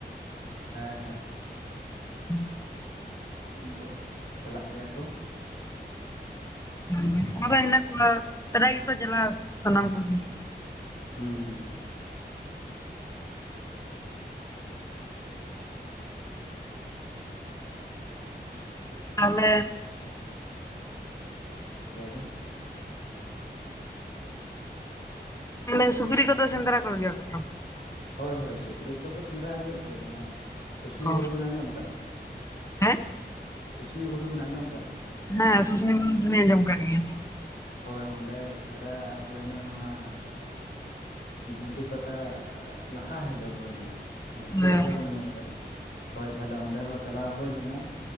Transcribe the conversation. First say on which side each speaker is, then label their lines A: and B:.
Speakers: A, on the left (about 80°); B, on the left (about 15°).
A: ᱦᱮᱸ ᱦᱮᱸ
B: <unintelligible>
A: ᱩᱱᱠᱩ ᱪᱟᱞᱟᱜ ᱜᱮᱭᱟ ᱠᱚ᱾
B: <unintelligible> ᱚᱱᱟᱫᱚ ᱦᱮᱱᱟᱜ ᱠᱚᱣᱟ <unintelligible> ᱜᱮᱠᱚ ᱪᱟᱞᱟᱣᱟ ᱥᱟᱱᱟᱢ ᱠᱚᱜᱮ᱾
A: ᱦᱩᱸ ᱦᱩᱸ
B: ᱛᱟᱦᱚᱞᱮ
A: ᱞᱟᱹᱭᱵᱮᱱ
B: ᱛᱟᱦᱚᱞᱮ ᱥᱩᱠᱨᱤ ᱠᱚᱫᱚ ᱥᱮᱸᱫᱽᱨᱟ ᱠᱚᱜᱮᱭᱟ ᱠᱚᱛᱚ?
A: ᱦᱚᱭ ᱦᱚᱭ ᱥᱩᱠᱨᱤ ᱠᱚᱫᱚ ᱥᱮᱸᱫᱽᱨᱟ ᱦᱩᱭᱩᱜ ᱜᱮᱭᱟ ᱚᱱᱟ ᱥᱩᱥᱱᱤ
B: ᱚ
A: ᱵᱩᱨᱩ ᱵᱤᱱ ᱟᱸᱡᱚᱢ ᱟᱠᱟᱫ?
B: ᱦᱮᱸ
A: ᱥᱩᱥᱱᱤ ᱵᱩᱨᱩ ᱵᱤᱱ ᱟᱸᱡᱚᱢ ᱠᱟᱜ ᱛᱚ?
B: ᱦᱮᱸ ᱥᱩᱥᱱᱤ ᱵᱩᱨᱩ ᱫᱚ ᱞᱤᱧ ᱟᱸᱡᱚᱢ ᱟᱠᱟᱜ ᱜᱮᱭᱟ᱾
A: ᱦᱚᱭ ᱚᱸᱰᱮ ᱥᱮᱸᱫᱽᱨᱟ ᱦᱳᱭᱱᱟ ᱱᱚᱶᱟ ᱡᱷᱟᱱᱴᱤ ᱯᱟᱛᱟ ᱞᱟᱦᱟ ᱦᱤᱞᱚᱜ ᱦᱩᱭᱱᱟ ᱾
B: ᱦᱮᱸ
A: ᱡᱷᱟᱱᱴᱤ ᱯᱟᱛᱟ ᱵᱮᱱ ᱟᱸᱡᱚᱢ ᱠᱟᱜᱼᱟ? <inaudible> ᱦᱚᱭ ᱛᱟᱦᱞᱮ ᱚᱸᱰᱮ ᱦᱚᱸ ᱪᱟᱞᱟᱣ ᱦᱩᱭ ᱞᱮᱱᱟ